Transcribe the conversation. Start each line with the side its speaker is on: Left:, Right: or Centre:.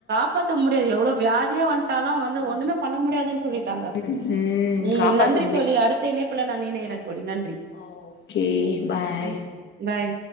Right: காப்பாத்த முடியாது எவ்ளோ வியாதியோ வந் ட்டாலு வந்து ஒன்னுமே
Left: ஆஹா.
Right: பண்ண முடியாதுன்னு சொல்லிட்டாங்க
Left: ம்
Right: ம்
Left: காப்பாத்த
Right: நன்றி தோழி அடுத் அடுத்த இணைப்புல நா இணைகிறே தோழி நன்றி
Left: ஒகே பாய்
Right: ம் பாய்